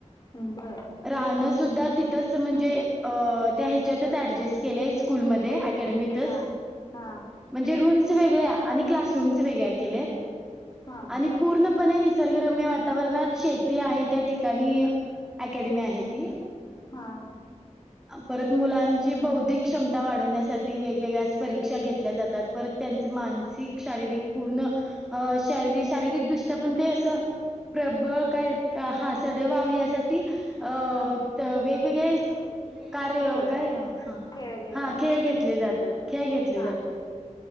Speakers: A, on the left; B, in the centre.
A: हम्म बरं
B: राहणं सुद्धा तिथच म्हणजे त्या ह्याच्यातच ऍडजेस्ट केलेय स्कूलमध्ये.. अकडत
A: हा हा
B: म्हणजे रूम्स वेगळे आणि क्लास रूम्स वेगळे केले..
A: हा
B: आणि पूर्णपणे निसर्गरम्य वातावरणात शेत.. ती आहे त्या ठिकाणी अकेडमी आहे ती
A: हा
B: परत मुलांची बौद्धिक क्षमता वाढवण्यासाठी वेगवेगळ्या परीक्षा घेतल्या जातात परत. त्यांच मानसिक, शारीरिक पूर्ण शारी-शारीरिक दृष्ट्या पण ते असं प्रबळ काय हां सडेवाव यासाठी अ
A: हा
B: वेगवेगळे कार्य
A: खेळ
B: काय ह
A: खेळ घेतात
B: हा खेळ घेतले जातात, खेळ घेतले
A: हा
B: जातात.